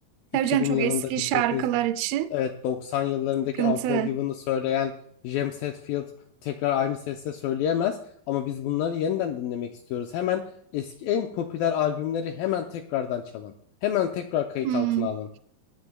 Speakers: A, on the right; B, on the left.
A: Tabii
B: 2000
A: canım çok
B: yılında
A: eski
B: 1900
A: şarkılar için
B: evet 90 yıllarındaki
A: sıkıntı.
B: Unforgiven'ı söyleyen James Hetfield tekrar aynı sesle söyleyemez ama biz bunları yeniden dinlemek istiyoruz. Hemen eski en popüler albümleri hemen tekrardan çalın. Hemen tekrar kayıt
A: Hmm,
B: altına alın.